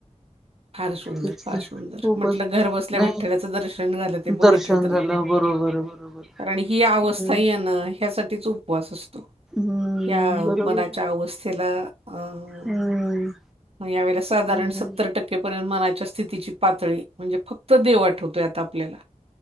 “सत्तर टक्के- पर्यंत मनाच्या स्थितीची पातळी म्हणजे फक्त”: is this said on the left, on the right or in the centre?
Right